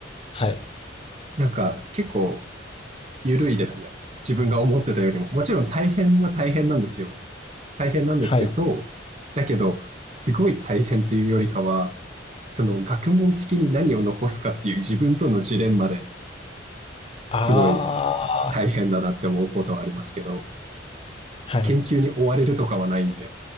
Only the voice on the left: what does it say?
はい。
はい。
ああ、
はい。